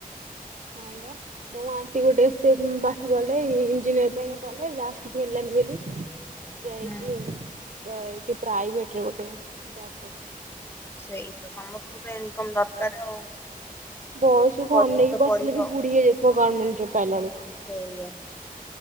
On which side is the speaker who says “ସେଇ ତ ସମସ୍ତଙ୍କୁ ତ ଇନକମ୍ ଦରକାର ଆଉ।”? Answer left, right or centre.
Left